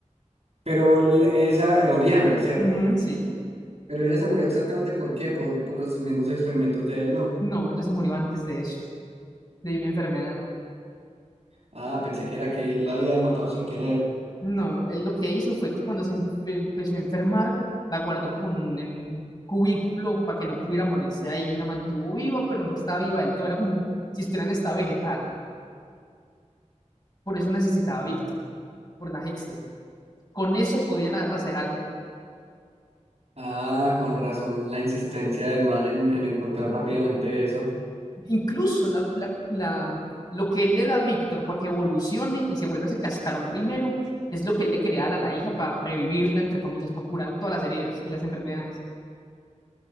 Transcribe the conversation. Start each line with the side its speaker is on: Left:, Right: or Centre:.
Right: Pero l- esa Euriana, ¿cierto?
Left: Ujú. Sí.
Right: Pero ella se murió exactamente por qué, por, por los mismos experimentos de él, ¿no?
Left: No, ya se murió antes de eso, de una enfermedad.
Right: Ah, pensé que era que él la había matado sin querer.
Left: No, él lo que hizo fue que cuando se em- empezó a enfermar, la guardó como en en un cubículo para que no pudiera morirse ahí. La mantuvo viva, pero no estaba viva del todo. Era como si estuviera en estado vegetal. Por eso necesitaba a Víctor, por la Hextech. Con eso podían ha- hacer algo.
Right: Ah, con razón la insistencia del man en, en encontrar rápidamente eso.
Left: Incluso la, la- la- lo que él le da a Víctor para que evolucione y se vuelva ese cascarón primero, es lo que él le quería dar a la hija para revivirla, entre comillas, para curar todas las heridas y las enfermedades.